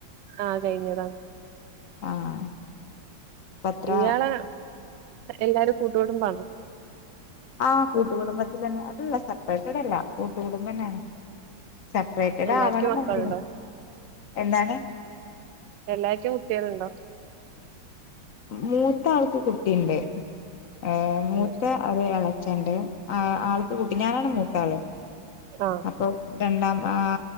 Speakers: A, on the right (about 70°); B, on the left (about 55°).
A: ആ കഴിഞ്ഞതാ
B: ആഹ് അപ്പ അത്ര
A: ഇയാളെ എല്ലാരും കൂട്ടു കൂടുംബ ആണോ
B: ആ കൂട്ടു കുടുംബത്തിലന്നെ അത് സപ്പറേറ്റഡല്ല കൂട്ടുകുടുംബന്നെണ് സപ്പറേറ്റഡ്
A: എല്ലാർക്കും
B: ആവണന്ന്ണ്ട്
A: മക്കളുണ്ടോ
B: എന്താണ്
A: എല്ലാർക്കും കുട്ടികളുണ്ടോ
B: മൂത്ത ആൾക്ക് കുട്ടിണ്ട് ഏ മൂത്ത
A: ഉം
B: അവ എളച്ചണ്ട് ആ ആൾക്ക് കുട്ടി ഞാനാണ് മൂത്താള്
A: ആ
B: അപ്പൊ രണ്ടാം ആ